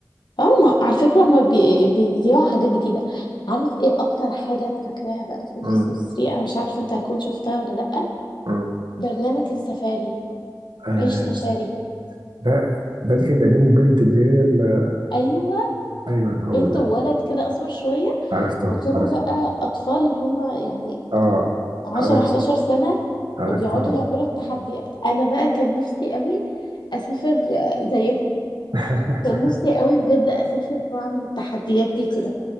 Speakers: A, on the left (about 75°); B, on the right (about 80°).
A: اه ما على فكرة هما بي- بيذيعوا حاجات جديدة عارف ايه اكتر حاجة انا فاكراها بقى في ام
B: امم
A: بي سي 3 انا مش عارفة انت هتكون شفتها ولا لأ
B: امم
A: برنامج السفاري
B: آه
A: عيش سفاري
B: ده ده اللي كان بيقدمه البنت اللي هي ال-
A: ايوه
B: ايوه هو
A: بنت
B: ده
A: وولد كده اسمر شوية
B: عرفتها
A: وكانوا
B: عرفتها
A: بقى اطفال اللي هما يعني
B: اه
A: 10
B: عرفت
A: 11
B: عشان
A: سنة
B: عرفتهم
A: وبيقعدوا يعملوا التحديات انا بقى كان نفسي قوي اسافر زيهم
B: <laughs>
A: كان نفسي قوي بجد اسافر واعمل التحديات دي كده